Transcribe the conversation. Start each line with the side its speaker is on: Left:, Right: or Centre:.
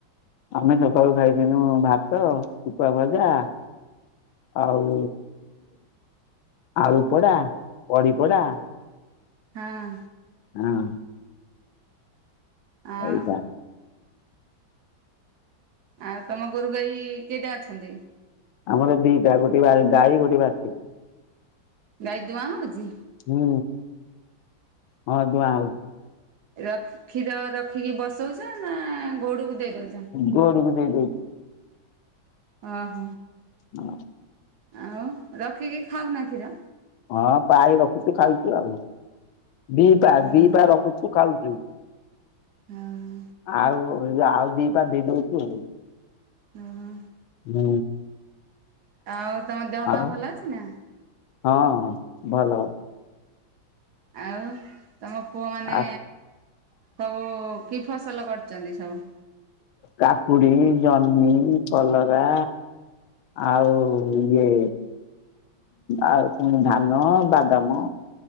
Left: ଆମେ ସକାଳୁ ଖାଇଥିଲୁ ଭାତ ସୁଖୁଆଁ ଭଜା ଆଉ ଆଳୁ ପଡା ପଡି ପଡା
Right: ହାଁ।
Left: ହୁଁ।
Right: ଆଉ
Left: ଏଇଟା
Right: ଆଉ ତମ ଗୋରୁ ଗାଈ କିଏଟା ଅଛନ୍ତି?
Left: ଆମର ଦିଟା ଗୋଟେ ଗାଈ ଗୋଟେ ବାଛୁରି।
Right: ଗାଈ ଦୁଆଁ ହଉଛି?
Left: ହୁଁ ହଁ ଦୁଆଁ ହଉଛି।
Right: ର କ୍ଷୀର ରଖିକି ବସଉଛ ନା ଗଉଡକୁ ଦେଇ ଦଉଛ?
Left: ଗଉଡ଼ କୁ ଦେଇଦଉଛି।
Right: ଅହ।
Left: ହଁ।
Right: ଆଉ ରଖିକି ଖାଉ ନା କ୍ଷୀର?
Left: ହଁ ପାଏ ରଖୁଛୁ ଖାଉଛୁ ଆଉ ଦିପା
Right: ଓହୋ
Left: ଦିପା ରଖୁଛୁ। ତୁ ଖାଉଛୁ।
Right: ହଁ ହଁ।
Left: ଆଉ ଆଉ ଦିପା ଦେଇ ଦଉଛୁ ଆଉ।
Right: ଉ ହୁଁ।
Left: ହୁଁ।
Right: ଆଉ ତମ ଦେହ
Left: ଆଉ
Right: ପା ଭଲ ଅଛି ନା?
Left: ହଁ ଭଲ ଅଛି।
Right: ଆଉ ତମ ପୁଅ ମାନେ
Left: ଆଉ
Right: ସବୁ କି ଫସଲ କରୁଛନ୍ତି ସବୁ?
Left: କାକୁଡି ଜହ୍ନି କଲରା ଆଉ ଇଏ ଆଉ ପୁଣି ଧାନ ବାଦାମ